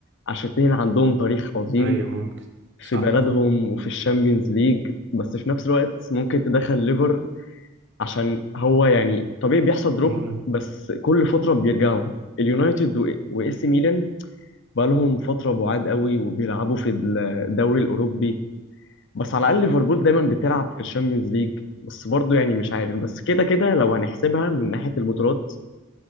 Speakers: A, on the left; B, on the right.
A: عشان الاثنين عندهم تاريخ عظيم
B: ايوه ممكن
A: في
B: صح
A: بلدهم وفي الشامبيونز ليج بس في نفس الوقت ممكن تدخل ليفر عشان هو يعني طبيعي بيحصل دروب
B: امم
A: بس كل فتره بيرجعوا اليونايتد واي سي ميلان بقالهم فتره بعاد قوي وبيلعبوا في الدوري الاوروبي بس على الاقل ليفربول دايما بتلعب في الشامبيونز ليج بس برضه يعني مش عارف بس كده كده لو هنحسبها من ناحيه البطولات